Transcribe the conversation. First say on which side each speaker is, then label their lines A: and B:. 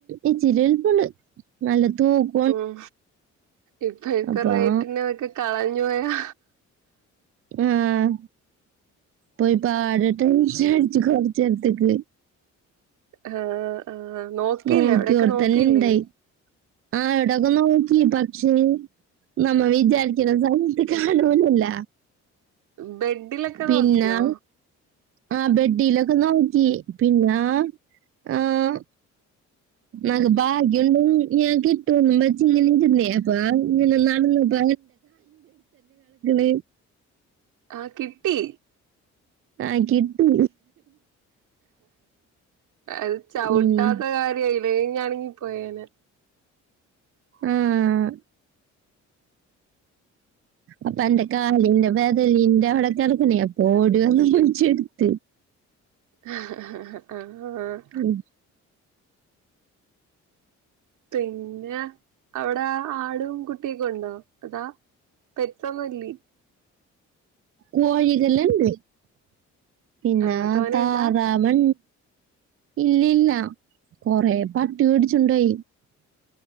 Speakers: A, on the right; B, on the right.
A: ഇച്ചിരി വലുപ്പൊണ്ട് നല്ല തൂക്കം
B: ഉം ഇപ്പോഴത്തെ
A: അപ്പൊ
B: റേറ്റിനതൊക്കെ കളഞ്ഞു പോയാ
A: ആഹ് പോയി പാടട്ട ചാടിച്ചു കൊറച്ച് എടി ത്തിക്ക്
B: ആഹ് ആഹ് നോക്കിയില്ലേ
A: നോക്കിയോടത്തന്നെ
B: അവിടൊക്കെ നോക്കിയില്ലേ
A: ഇണ്ടായി ആ എവിടൊക്കെ നോക്കി പക്ഷെ നമ്മ വിചാരിക്കുന്ന സമയത്ത് കാണൂലല്ല
B: ബെഡിലൊക്കെ
A: പിന്നെ
B: നോക്കിയോ
A: ആ ബെഡ്ഡിയിലൊക്കെ നോക്കി പിന്നെ ആഹ് നക്ക് ഭാഗ്യൊണ്ട ഞാൻ കിട്ടുംന്നും വച്ച ഇങ്ങനെ ഇരുന്നേ അപ്പ ഇങ്ങനെ നടന്നപ്പ എ <unintelligible>
B: ആ കിട്ടി
A: ആ കിട്ടി
B: അത് ചവിട്ടാത്ത
A: ഉം
B: കാര്യ ഇല്ലങ്ങാണെങ്കി പോയേന
A: ആഹ് അപ്പൊ എന്റെ കാലിന്റെ വെദലിന്റെ അവിടെ കിടക്കുന്ന അപ്പോ ഓടി വന്ന് പിടിച്ചെടുത്ത്
B: ആഹ്
A: <inaudible>
B: പിന്നെ അവിടെ ആടും കുട്ടിയൊക്കെ ഉണ്ടോ അതാ പെറ്റസ്ഒന്നൂല്യ
A: കോഴികൾ ഇണ്ട് പിന്നെ
B: ആ തോനെയുണ്ടാ
A: താറാവ് ഇല്ലല്ല കൊറെ പട്ടി കേടിച്ചുണ്ടോയി